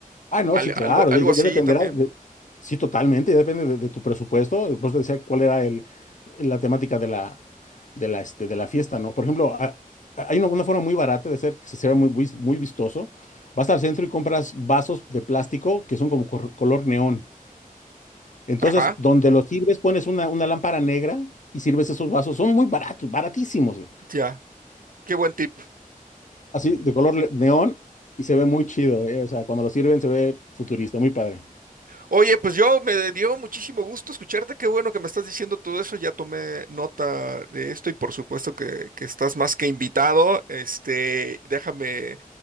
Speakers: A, on the left (about 60°); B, on the right (about 70°).
A: Ah, no,
B: al-
A: sí, claro,
B: algo, algo
A: ya, ya-
B: así
A: ya dependerá,
B: también.
A: de- sí, totalmente, ya depende de, de tu presupuesto. Por eso decía cuál era el, la temática de la, de la, este, de la fiesta, ¿no? Por ejemplo, a- a- hay una, una forma muy barata de hacer que se vea muy, vis- muy vistoso. Vas al centro y compras vasos de plástico que son como cor- color neón. Entonces,
B: Ajá,
A: donde los sirves, pones una, una lámpara negra y sirves esos vasos. Son muy baratos, baratísimos, güey.
B: ya. Qué buen tip.
A: así de color neón y se ve muy chido, ¿eh? O sea, cuando lo sirven se ve futurista, muy padre.
B: Oye, pues yo me dio muchísimo gusto escucharte. Qué bueno que me estás diciendo todo eso. Ya tomé nota de esto y por supuesto que, que estás más que invitado. Este, déjame,